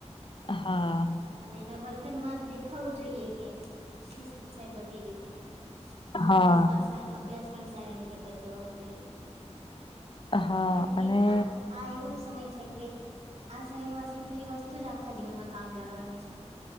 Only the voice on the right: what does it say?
અને એના વર્તનમાં દેખાવું જોઈએ કે શિસ્ત છે બધી રીતે અભ્યાસમાં
અભ્યાસ પણ સારી રીતે કરતું હોવું જોઈએ
કેમ કે
આ આ એવો જ સમય છે કે આ સમયમાં શીખેલી વસ્તુ જ આખા જીવનમાં કામ લાગવાની છે